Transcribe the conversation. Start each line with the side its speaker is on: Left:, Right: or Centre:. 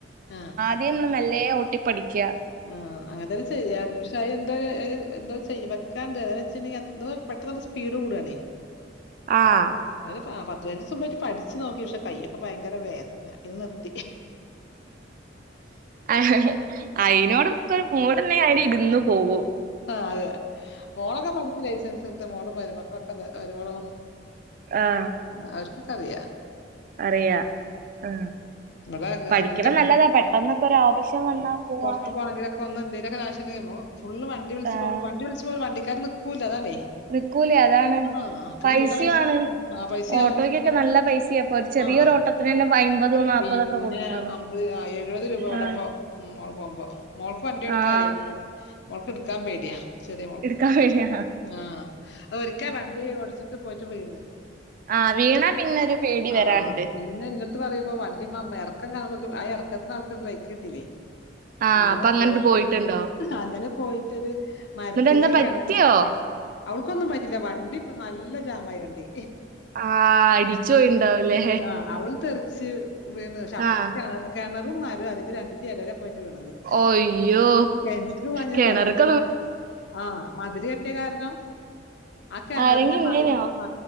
Left: ആഹ്
Right: <unintelligible> മെല്ലെ ഓട്ടി പഠിക്കുക
Left: ആഹ് അങ്ങനെ തന്നെ ചെയ്യായിരുന്നു പക്ഷെ അയ് എന്തോരു <unintelligible> ചെയ്യ വെക്കാണ്ട് അതാ വെച്ചിട്ടുണ്ടെങ്കി അത്ര പെട്ടന്നുപെട്ടന്ന് സ്പീഡ് കൂടുവാണേ
Right: ആഹ്
Left: ഒര് ആ പത്ത് പൈനഞ്ച്ചീസം മുമ്പായിട്ട് പഠിച്ചു നോക്കി പക്ഷെ കയ്യൊക്കെ ഭയര വേദന പിന്നെ നി
Right: അഹ് അയിനോട്മ്ക്കൊരു മൂഡുണ്ടെങ്കി ആയില് ഇരുന്നുപോകു
Left: ആഹ് അതെ മോളൊക്കെ പഠിച്ചു ലൈസൻസ് എടുത്ത് മോളും മരുമക്കളൊക്കെ ക്കൊന്ന് വരുമോളും
Right: ആഹ്
Left: അവർക്കൊക്കെ അറിയ
Right: അറിയ ആ
Left: ഇവിടെ
Right: പഠിക്ക്‌ണ
Left: എന്റെ
Right: നല്ലതാ പെട്ടെന്നൊക്കെ ഒരാവശ്യം വന്നാ പോവാ
Left: റത്ത് പോണെങ്കിലൊക്കെ ഒന്നന്തേ ങ്കിലോരാവശ്യണ്ടെങ്കിലേ ഫുള്ള് വണ്ടി വിളിച്ച്
Right: ആഹ്
Left: പോക വി വിളിച്ച് പോല വണ്ടിക്കാർ നിക്കൂല്ല അതാണേ
Right: നിക്കൂലേ അതാണ്
Left: ആഹ് പിന്നെ
Right: പൈസയാണ്
Left: ഉള്ള പൈസ ആ പൈസയാവും
Right: ഓട്ടോയ്ക്കൊക്കെ
Left: പിന്നെ
Right: നല്ല പൈസയാ ഇപ്പൊ ഒരു ചെറിയൊരു
Left: ആഹ്
Right: ഓട്ടത്തിന് തന്നെ അമ്പത് നാല്പതൊക്കെ
Left: പിന്നെ
Right: കൊടുക്കാണ്
Left: അമ്പത് എഴുപത് രൂപ എവിടെപ്പ
Right: ആഹ്
Left: മോള് പോകുമ്പോ മോൾക്ക് വണ്ടി ഓടിക്കാറേല്ല
Right: ആഹ്
Left: മോൾക്ക്ടുക്കാൻ പേടിയാ ശെരിയ മോളക്ക്
Right: എടുക്കാൻ വയ്യ
Left: ആ അ ഒരിക്കൽ വണ്ടി ഓടിച്ചിട്ട് പോയിട്ട് പോയിന്ന്
Right: ആ വീണ പിന്നെരു പേടി
Left: ആഹ്.
Right: വരാണ്ട്
Left: പിന്നെ ഇങ്ങട്ട് പറയുമ്പോ വണ്ടി ഇക്കം കാണുമ്പ ആ ഇറക്കത്തിന്ന ആൾക്ക് ബ്രേക്ക് കിട്ടില്ലേ
Right: ആഹ്
Left: അങ്ങനെ
Right: അപ്പൊ അങ്ങനത്
Left: പോ
Right: പോയിട്ടുണ്ടാവും
Left: അങ്ങനെ പോയി മരു മരത്തിന്റെയും
Right: എന്നിട്ട് എന്താ പറ്റിയോ
Left: കെണ അവക്കൊന്നും പറ്റില്ല വണ്ടി ഇപ്പ നല്ല ജാമായി വണ്ടി
Right: ആഹ് അടിച്ചു പോയിണ്ടാവൂലേ
Left: ആ അവള് തെറിച്ച് വീണ് ക്ഷെ അപ്പുറത്ത
Right: ആഹ്
Left: കെണർ കിണറും മരും അതിന്റെ രണ്ടിന്റെ എടല പോയിട്ട് വീണത്
Right: ഓയ്യോ
Left: കെണറ്റ്ക്ക് പാഞ്ഞ
Right: കേണറക്
Left: ഭാഗ്യം മ ആ മതിലെട്ടിയ കാരണം ആ കെണറിന്റെ
Right: ആരെങ്കിലും ഉണ്ടേനോ
Left: മതി മ